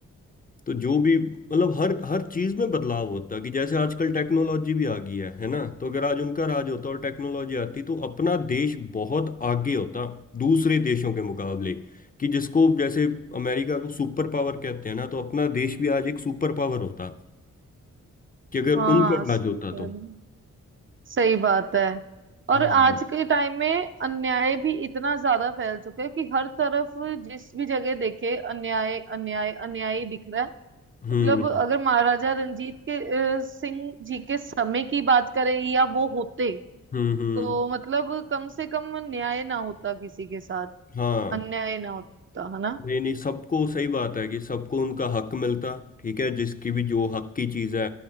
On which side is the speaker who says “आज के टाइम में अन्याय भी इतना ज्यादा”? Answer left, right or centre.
Right